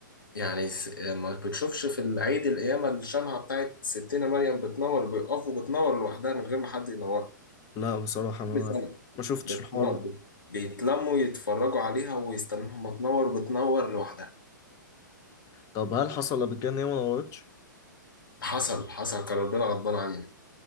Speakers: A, on the left (about 85°); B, on the left (about 30°).
A: يعني س- ما بتشوفش في العيد القيامة الشمعة بتاعت ستنا مريم بتنور بيقفوا بتنور لوحدها من غير ما حد ينورها
B: لا بصراحه انا
A: كل
B: ما
A: سنة
B: ما شفتش
A: بتنور
B: الحوار ده
A: بيتلموا يتفرجوا عليها ويستنوها ما تنور بتنور لوحدها
B: طب هل حصل قبل كده ان هي ما نورتش
A: حصل حصل كان ربنا غضبان علينا